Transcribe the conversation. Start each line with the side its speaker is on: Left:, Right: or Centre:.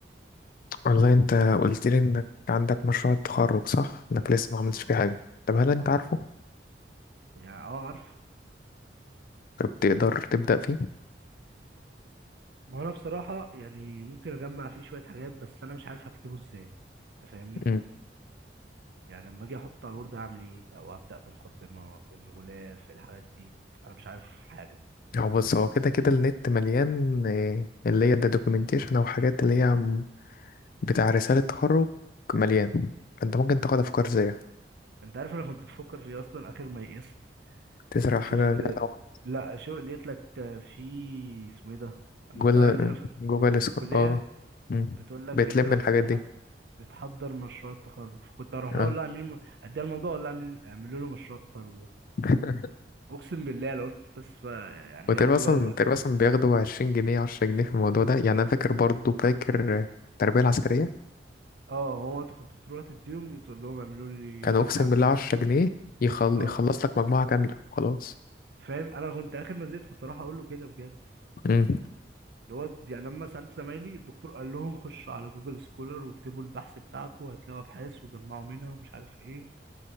Left: والله انت قلت لي انك عندك مشروع التخرج صح انك لسه ما عملتش
Right: اه
Left: فيه حاجه طب هل انت
Right: اه
Left: عارفه
Right: يعني اه عارف
Left: طب تقدر تبدا فيه
Right: ما هو انا بصراحه يعني ممكن اجمع فيه شويه حاجات بس انا مش عارف هكتبه ازاي انت فاهمني
Left: مم.
Right: يعني لما اجي احط على الوورد اعمل ايه او ابدا بمقدمه الغلاف الحاجات دي انا مش عارف حاجه
Left: هو بص هو كده كده النت مليان آه، اللي هي الدوكيومنتيشن او حاجات اللي هي بتاع رسالة تخرج مليان انت ممكن تاخد
Right: مم.
Left: افكار زيها
Right: انت عارف انا كنت بفكر في ايه اصلا اخر ما يئست
Left: تسرق
Right: شفت
Left: حاجة او
Right: لا شو لقيت لك في اسمه ايه ده المكتبه
Left: جوجل
Right: عندنا في
Left: جوجل
Right: في
Left: سكو...
Right: الكليه
Left: اه مم.
Right: بتقول لك
Left: بتلم
Right: اللي هو
Left: الحاجات
Right: بتح-
Left: دي
Right: بتحضر مشروع التخرج فكنت اروح
Left: اه
Right: لها اقول لها اعملي اديها الموضوع اقول لها اعملي- اعملوا له مشروع التخرج ده
Left: <laughs>
Right: اقسم بالله لو قلت بس بقى يعني
Left: وتقريبا
Right: ياخدوا
Left: اصلا
Right: بقى اللي ياخدوه
Left: تقريبا اصلا بياخدوا عشرين جنيه عشرة جنيه في الموضوع ده يعني انا فاكر برضو فاكر التربية العسكرية
Right: اه هو انت كنت بتروح تديهم وتقول لهم اعملوا لي
Left: كانوا
Right: بحث
Left: اقسم
Right: عن
Left: بالله
Right: كذا
Left: عشرة جنيه يخل...
Right: اه
Left: يخلص لك مجموعة كاملة وخلاص
Right: فاهم انا كنت اخر ما زهقت كنت اروح اقول له كده بجد
Left: مم.
Right: اللي هو يعني لما سالت زمايلي الدكتور قال لهم خشوا على جوجل سكولر واكتبوا البحث بتاعكم هتلاقوا ابحاث وجمعوا منها ومش عارف ايه